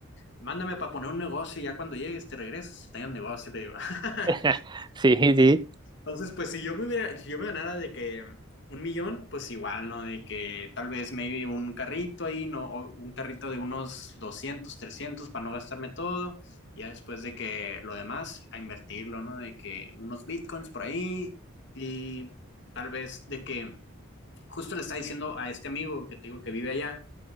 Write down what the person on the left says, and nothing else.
mándame para poner un negocio y ya cuando llegues te regresas, tenga un negocio, le digo. <laughs>
Entonces, pues si yo me hubiera, si yo me ganara de que un millón, pues igual, ¿no? De que tal vez maybe un carrito ahí, ¿no? O un carrito de unos 200 300 para no gastarme todo. Y ya después de que lo demás, a invertirlo, ¿no? De que unos bitcoins por ahí y tal vez de que Justo le estaba diciendo a este amigo que te digo que vive allá,